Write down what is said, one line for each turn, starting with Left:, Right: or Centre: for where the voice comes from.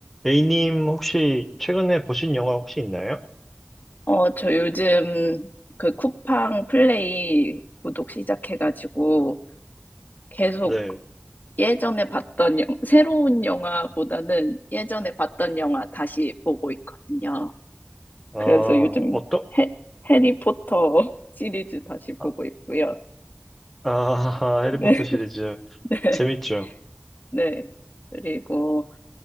Centre: A님 혹시 최근에 보신 영화 혹시 있나요?
Left: 어, 저 요즘 그 쿠팡 플레이 구독 시작해가지고 계속
Centre: 네.
Left: 예전에 봤던 영, 새로운 영화보다는 예전에 봤던 영화 다시 보고 있거든요.
Centre: 아,
Left: 그래서 요즘
Centre: 어떠?
Left: 해, 해리포터 <laughs> 시리즈 다시 보고
Centre: 아,
Left: 있고요.
Centre: 아, 해리포터
Left: 네,
Centre: 시리즈
Left: <laughs> 네,
Centre: 재밌죠?
Left: 네. 그리고